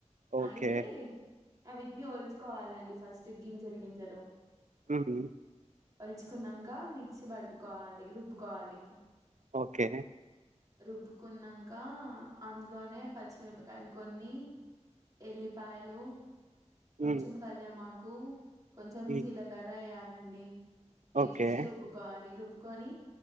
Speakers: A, on the right; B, on the right.
A: ఓకే
B: అయితే అవిటిని వొల్చుకోవాలండి ఫస్ గింజలు గింజలు
A: మ్మ్
B: వల్చుకున్నంక మిక్సీ పట్ క్వాలి రుబ్బుకోవాలి
A: ఓకే
B: రుబ్బుకున్నన్ కా అందులోనే పచ్చిమిరపకాయలు కొన్ని ఎల్లిపాయలు కొంచం
A: మ్మ్
B: కళ్యమాక్ కూ కొంచం
A: మ్మ్
B: జీలకర్ర య్యల అండీ ఏశేషి
A: ఓకే
B: రుబ్బుకోవాలి రుబ్ కొని